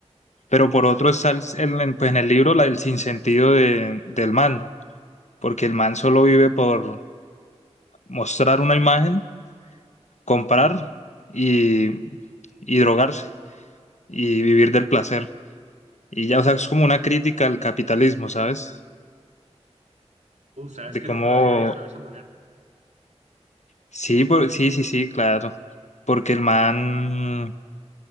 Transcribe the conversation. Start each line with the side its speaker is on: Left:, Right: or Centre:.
Left: pero por otro está el, el- en, pues en el libro la, el sinsentido de, del man, porque el man solo vive por mostrar una imagen comprar y, y drogarse y vivir del placer. Y ya, o sea, es como una crítica al capitalismo, ¿sabes?
Right: Uf, sabes
Left: De
Right: que
Left: cómo,
Right: nunca lo había visto de esa manera,
Left: sí, por- sí, sí, sí, claro. Porque el man,